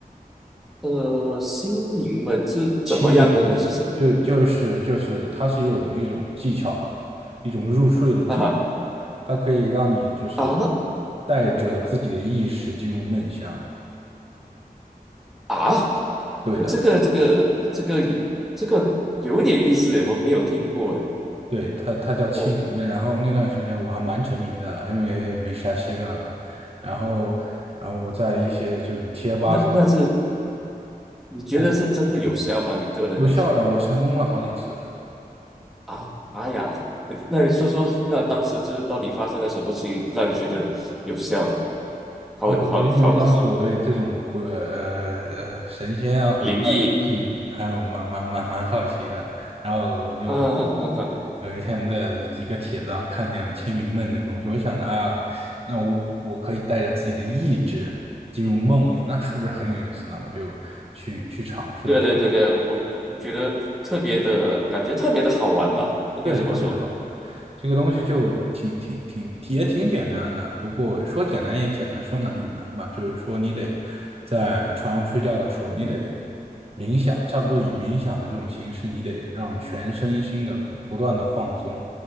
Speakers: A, in the centre; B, on the right.
A: 呃，心灵们是怎么样的呢？
B: 清明梦就就是就是它是有一种技巧吧，
A: 就是
B: 一种入睡的技巧，
A: 啊
B: 它可以让你就是
A: 啊，
B: 带着自己的意识进入梦乡。
A: 嗯哼啊。
B: 对的，
A: 这个这个这个这个有点意思诶，我没有听过诶。
B: 对，它它叫清明梦。
A: 我
B: 然后那段时间我还蛮沉迷的，因为没啥事干嘛。然后然后我在一些这种贴吧上，
A: 那那是你觉得是真的有效吗？
B: 呃，
A: 你个人来说
B: 有效的，我成功了好几次。
A: 啊，哎呀，呃那你说说，那当时这到底发生了什么事情，让你觉得有效的？好好好
B: 呃，因为当时我对这种鬼呃呃神仙啊、鬼怪、
A: 灵异
B: 东西还有蛮蛮蛮蛮好奇的，然后我就
A: 啊！<laughs> 哈哈哈
B: 有一天在一个帖子上看见了清明梦这个东西，我想着啊，那我我可以带着自己的意志进入梦里，那是不是很有意思呢？我就去去尝试了，
A: 对啊对啊对啊对啊，我觉得特别的感觉特别的好玩吧，应该这么说。
B: 对，特别的好玩。这个东西就挺挺挺也挺简单的，不过说简单也简单，说难也难吧。就是说，你得在床上睡觉的时候，
A: <laughs>
B: 你得冥想，差不多以冥想的这种形式，你得让全身心的不不断的放松，